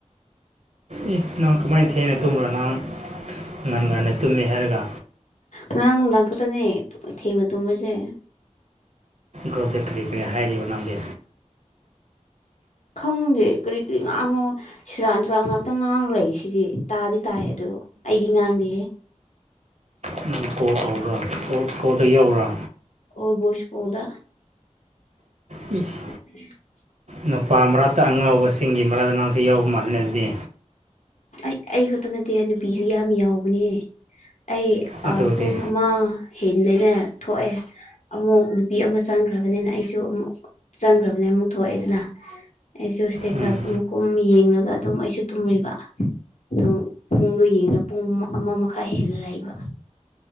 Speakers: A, on the right; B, on the left.
A: ꯑꯦ ꯅꯪ ꯀꯃꯥꯏꯅ ꯊꯦꯡꯅ ꯇꯨꯝꯕ꯭ꯔꯣ ꯅꯍꯟ ꯉꯟ ꯉꯟꯅ ꯇꯨꯝꯃꯦ ꯍꯥꯏꯔꯒ꯫
B: ꯉꯔꯥꯡ ꯅꯨꯡꯗꯥꯡ ꯈꯛꯇꯅꯦ ꯊꯦꯡꯅ ꯇꯨꯝꯕꯁꯦ꯫
A: ꯒ꯭ꯔꯨꯞꯇ ꯀꯔꯤ ꯀꯔꯤ ꯍꯥꯏꯔꯤꯕ ꯅꯪꯗꯤ꯫
B: ꯈꯪꯗꯦ ꯀꯔꯤ ꯀꯔꯤ ꯉꯥꯡꯉꯣ ꯁꯨꯔꯥꯟꯊꯨꯔꯥꯟ ꯉꯥꯛꯇ ꯉꯥꯡꯔꯩ ꯁꯤꯗꯤ ꯇꯥꯗꯤ ꯇꯥꯏ ꯑꯗꯣ ꯑꯩꯗꯤ ꯉꯥꯡꯗꯦꯍꯦ꯫
A: ꯎꯝ ꯀꯣꯜ ꯇꯧꯕ꯭ꯔꯥ ꯀꯣꯜ ꯀꯣꯜꯗ ꯌꯥꯎꯕ꯭ꯔꯥ?
B: ꯑꯣꯜꯕꯨ ꯁꯀꯨ꯭ꯜꯗ꯫
A: ꯎꯝ
B: <unintelligible>
A: ꯅꯨꯄꯥ ꯃꯔꯠꯇ ꯑꯉꯥꯎꯕꯁꯤꯡꯒꯤ ꯃꯔꯥꯛꯇ ꯅꯪꯁꯨ ꯌꯥꯎꯕ ꯃꯥꯜꯂꯦꯅꯦ ꯑꯗꯨꯗꯤ꯫
B: ꯑꯩ ꯑꯩ ꯈꯛꯇ ꯅꯥꯠꯇꯤꯌꯦ ꯅꯨꯄꯤꯁꯨ ꯌꯥꯝ ꯌꯥꯎꯕꯅꯦ ꯑꯩ
A: ꯑꯗꯨꯗꯤ
B: ꯑꯥ
A: ꯑꯗꯨꯗꯤ
B: ꯄꯨꯡ ꯑꯃ ꯍꯦꯟꯂꯦꯅ ꯊꯣꯛꯑꯦ꯫ ꯑꯃꯨꯛ ꯅꯨꯄꯤ ꯑꯃ ꯆꯪꯈ꯭ꯔꯕꯅꯦꯅ ꯑꯩꯁꯨ ꯑꯃꯨꯛ ꯆꯪꯈ꯭ꯔꯕꯅꯦ ꯑꯃꯨꯛ ꯊꯣꯛꯑꯦꯗꯅ꯫ ꯑꯩꯁꯨ ꯏꯁꯇꯦꯇꯁ
A: ꯎꯝ
B: ꯑꯃꯨꯛꯀꯨꯝ ꯌꯦꯡꯔꯒ ꯑꯗꯨꯝ ꯑꯩꯁꯨ ꯇꯨꯝꯃꯦꯕ ꯑꯗꯨꯝ ꯄꯨꯡꯗꯣ ꯌꯦꯡꯅ ꯄꯨꯡ ꯑꯃ ꯃꯈꯥꯏ ꯍꯦꯜꯂ ꯂꯩꯕ